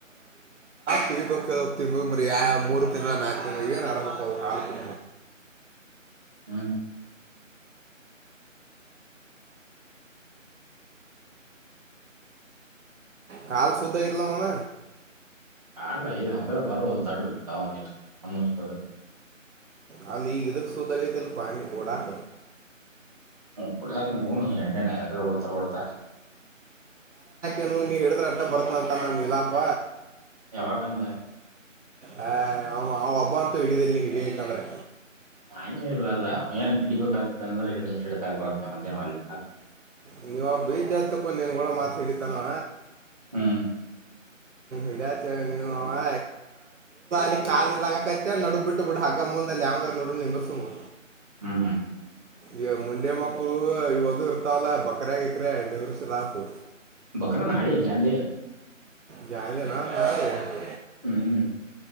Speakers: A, on the right; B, on the right.
A: ತಿಬೇಕಾವ ತಿಂಗಗಳು ಮರಿಯ ಮೂರು ತಿಂಗಳು ನಾಲ್ಕು ತಿಂಗಳು ಏನ್ ಮಾಡಡಬೇಕ ಅವ ಹಾಲ್ತಿ.
B: ಹ್ಮ್
A: ಕಾಲು ಸುದ್ದ ಆಗತೇಲೆ ಮಾಮ.
B: ಎ ಐ ಐ ಅದವ ದಡ್ಡು ಬಿದ್ದಾವ್ದಿಂತ ಆಲ್ಮೋಸ್ಟ್.
A: ಅವನ್ ಈಗ ಇದಕ್ ಸೂದ ಆಗೇತಿಲ್ ಪ್ ಓಡಾಕ.
B: ಕುಡಕ್ ಏನ ಯಾರ ಓಡ್ತಾರ <inaudible> ಓಡ್ತಾರ
A: ಏನು ನೀ ಹೇಳಿದ್ರ ಅಟ್ಟ ಬರ್ತನ ಅಂತನಾ ನಿಲಾಪ.
B: ಯಾವಾಗಂದ
A: ಹಾ ಓಬ್ಬವ್ ಅಂತೂ ಹಿಡಲ್ಲಿ ಹಿಡಿಯಲಿಕ್ಕಂದ್ರೆ
B: ಹಂಗೆ ಇಲ್ಲ ಅದ ಅವ್ಯಏನ್ ಹಿಡಿಬೇಕಾಗತ್ತೆ ಅಂದ್ರೆತ್ತೆ ಮಧ್ಯಾಹ್ನ.
A: ನೀವಬ್ಬ ಬೈತನ್ ಕ್ಕೊಂಡ ನೀನ್ಗಳಳ ಮಾತಾ ಹೇಳಿದ್ನಾ.
B: ಹ್ಮ್ <inaudible>
A: ಇಲ್ಲ ನೀ ಕಾಲಿಲ ನಡಗ್ ಬಿಟ್ಟ ಬಿಡು ಹಗ ಮುಂದಲ್ಲಿ ಯಾವಂಗ ನೋಡ. ಹ್ಮ್..
B: ಹ್ಮ್ ಹ್ಮ್.
A: ಈವ್ ಮಂಡೆ ಮಕ್ಕಳು ಇವು ಇದು ಇರ್ತಾವಲ್ಲ ಬಕ್ರ ಗಿಕ್ರ್ ನಿವಷರಾತು.
B: ಬಕರ ಹಳೆ ಜಂಡೆ.
A: ಜಾಯದ ನಾ ನ <inaudible>
B: ಹ್ಮ್